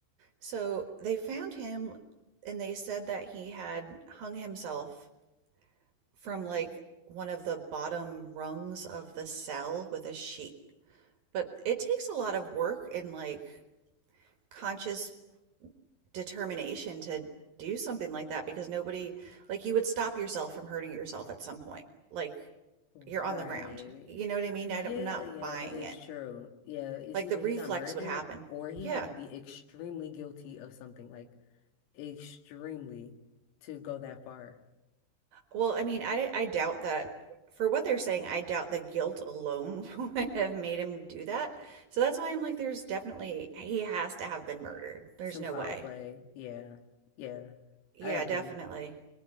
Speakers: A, on the right; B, on the left.
A: So they found him and they said that he had hung himself from like one of the bottom rungs of the cell with a sheet. But it takes a lot of work and like conscious determination to do something like that because nobody like you would stop yourself from hurting yourself at some point like
B: Right.
A: you're on the ground you know what i mean
B: Yeah,
A: I am not
B: yeah,
A: buying
B: that is
A: it
B: true. Yeah, it's
A: like
B: either
A: the reflex
B: he got murdered
A: would happen
B: or he
A: yeah
B: had to be extremely guilty of something, like extremely to go that far.
A: well i mean i i doubt that for what they're saying i doubt the guilt alone <laughs> would have made him do that so that's why i'm like there's definitely he has to have been murdered there's
B: Some
A: no
B: foul
A: way
B: play. Yeah. Yeah.
A: yeah
B: I agree.
A: definitely